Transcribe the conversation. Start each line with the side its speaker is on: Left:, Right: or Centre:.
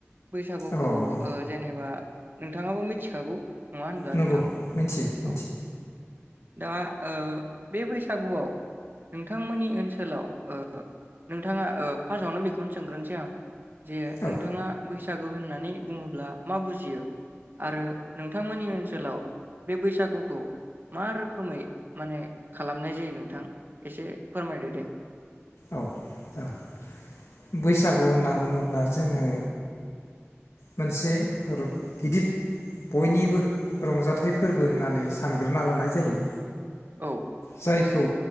Right: बैसागुखौ
Left: औ औ
Right: ओ जेनेबा नों नोंथाङाबो मिथिखागौ नङा होनब्ला
Left: नंगौ
Right: नोंथां
Left: मिथियो मिथियो
Right: औ दा ओ बे बैसागुआव नोंथांमोननि ओनसोलाव ओ नोंथाङा ओ फासावनो बेखौनो सोंग्रोनोसै आं जे
Left: औ
Right: नोंथाङा बैसो बैसागु होननानै बुङोब्ला मा बुजियो आरो नोंथांमोननि ओनसोलाव बे बैसागुखौ मा रोखोमै माने खालामनाय जायो नोंथां एसे फोरमायदो दे।
Left: औ जागोन। बैसागु होनना बुङोब्ला जोङो मोनसे रद गिदिर बयनिबो रंजाथाइ फोरबो होननानै सानग्रोना लानाय जायो।
Right: औ
Left: जायखौ